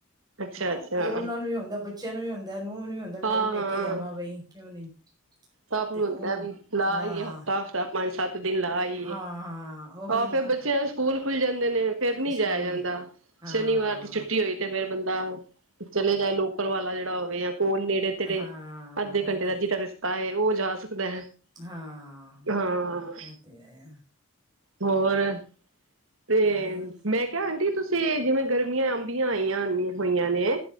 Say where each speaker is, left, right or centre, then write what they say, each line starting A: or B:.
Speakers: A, on the right (about 70°); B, on the right (about 20°).
A: ਅੱਛਾ-ਅੱਛਾ
B: ਲਓ ਉਹਨਾਂ ਨੂੰ ਵੀ ਆਉਂਦੇ ਬੱਚਿਆਂ ਨੂੰ ਵੀ ਆਉਂਦੇ ਨੂੰ ਵੀ ਆਉਂਦੇ ਮੈਂ
A: ਹਾਂ-ਹਾਂ
B: ਵੀ ਪੇਕੇ ਜਾਵਾਂ ਬਈ ਕਿਉਂ ਨਹੀਂ।
A: ਸਭ
B: ਤੇ
A: ਨੂੰ
B: ਉਹ
A: ਹੁੰਦਾ ਵੀ ਲਾਈਏ
B: ਹਾਂ
A: ਹਫਤਾ ਹਫਤਾ ਪੰਜ ਸੱਤ ਦਿਨ ਲਾ ਆਈਏ।
B: ਹਾਂ ਉਹੀ
A: ਆ
B: ਨਾ
A: ਫਿਰ ਬੱਚਿਆਂ ਦੇ ਸਕੂਲ ਖੁੱਲ ਜਾਂਦੇ ਨੇ ਫਿਰ ਨਹੀਂ
B: ਸਕੂਲ
A: ਜਾਇਆ ਜਾਂਦਾ
B: ਹਾਂ
A: ਸ਼ਨੀਵਾਰ ਦੀ ਛੁੱਟੀ ਹੋਈ। ਤੇ ਫਿਰ ਬੰਦਾ ਚਲੇ ਜਾਏ ਲੋਕਲ ਵਾਲਾ ਜਿਹੜਾ ਹੋਵੇ ਯਾ ਕੋਲ ਨੇੜੇ ਤੇਰੇ
B: ਹਾਂ
A: ਅੱਧੇ ਘੰਟੇ
B: ਇਹ ਤੇ
A: ਦਾ ਜਿਦਾ ਰਸਤਾ ਏ ਉਹ ਜਾ ਸਕਦਾ।
B: ਹਾਂ
A: ਹਾਂ
B: ਐ ਤੇ ਹੈ।
A: ਹੋਰ। ਤੇ
B: ਬਸ
A: ਮੈਂ ਕਿਹਾ ਆਂਟੀ ਤੁਸੀਂ ਜਿਵੇਂ ਗਰਮੀਆਂ ਅੰਬੀਆ ਆਈਆਂ ਹੋਈਆਂ ਨੇ।